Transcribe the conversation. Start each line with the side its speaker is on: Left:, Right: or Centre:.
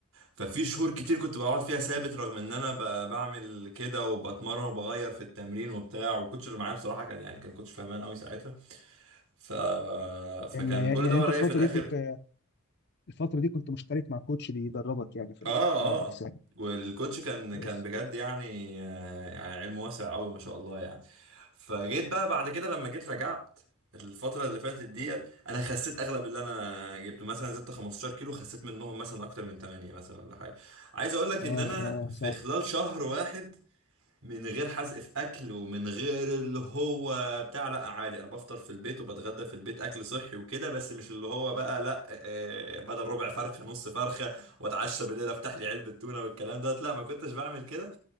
Right: ففي شهور كتير كنت بقعد فيها ثابت رغم ان انا ب- بعمل كده وبتمرن وبغير في التمرين وبتاع والكوتش اللي معايا بصراحه كان يعني كان كوتش فهمان قوي ساعتها ف... فكان
Left: يعني
Right: كل
Left: يعني
Right: ده
Left: انت
Right: ولاقي
Left: في
Right: في
Left: الفتره
Right: الاخر
Left: دي كنت الفتره دي كنت مشترك مع كوتش بيدربك يعني في ال-
Right: اه
Left: كمال الاجسام
Right: اه والكوتش كان
Left: كويس
Right: كان بجد يعني آه، يعني علم واسع قوي ما شاء الله يعني فجيت بقى بعد كده لما جيت رجعت الفترة اللي فاتت ديت انا خسيت اغلب اللي انا جبته مثلا زدت 15 كيلو خسيت منهم مثلا اكتر من 8 مثلا ولا حاجة عايز اقول لك
Left: اه
Right: ان انا
Left: اه
Right: في
Left: صح
Right: خلال شهر واحد من غير حزق في اكل ومن غير اللي هو بتاع لا عادي انا بفطر في البيت وبتغدى في البيت اكل صحي وكده بس مش اللي هو بقى لا آه، بدل ربع فرخه نص فرخه واتعشى بالليل افتح لي علبه تونه والكلام دوت لا ما كنتش بعمل كده